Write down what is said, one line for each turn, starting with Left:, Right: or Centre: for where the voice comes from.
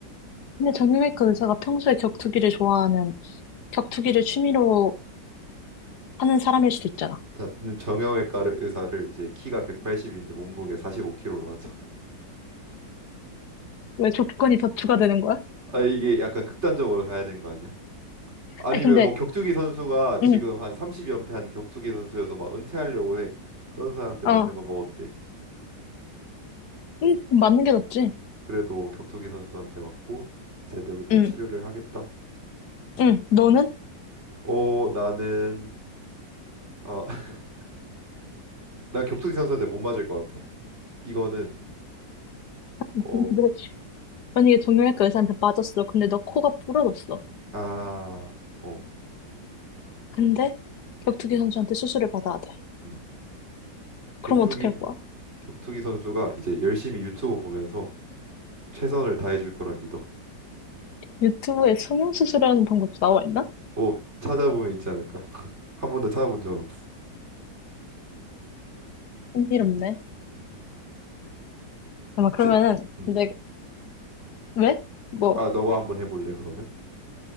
Left: 근데 정형외과 의사가 평소에 격투기를 좋아하는 격투기를 취미로 하는 사람일 수도 있잖아.
Right: 자, 음, 정형외과를 의사를 이제 키가 180인데 몸무게 45kg로 하자.
Left: 왜 조건이 더 추가되는 거야?
Right: 아 이게 약간 극단적으로 가야 되는 거 아니야? 아니면
Left: 아니 근데
Right: 뭐 격투기 선수가 지금
Left: 응,
Right: 한 30연패한 격투기 선수여서 막 은퇴하려고 해. 그런 사람한테
Left: 어,
Right: 맞는 거 뭐 어때?
Left: 응, 맞는 게 낫지.
Right: 그래도 격투기 선수한테 맞고 제대로 된
Left: 응,
Right: 치료를 하겠다.
Left: 응, 너는?
Right: 어, 나는 어, <laughs> 난 격투기 선수한테 못 맞을 것 같아. 이거는
Left: <laughs>
Right: 어,
Left: 근데 만약에 정형외과 의사한테 맞았어. 근데 너 코가 부러졌어.
Right: 아, 어,
Left: 근데
Right: 음,
Left: 격투기 선수한테 수술을 받아야 돼.
Right: 음. 격투기
Left: 그럼 어떻게 할 거야?
Right: 격투기 선수가 이제 열심히 유튜브 보면서 최선을 다해줄 거라 믿어.
Left: 유튜브에 성형수술하는 방법도 나와 있나?
Right: 뭐 찾아보면 있지 않을까? <laughs> 한 번도 찾아본 적은 없어.
Left: 흥미롭네.
Right: 음,
Left: 아마
Right: 혹시
Left: 그러면은
Right: 음,
Left: 내 왜? 뭐,
Right: 아, 너가 한번 해볼래 그러면?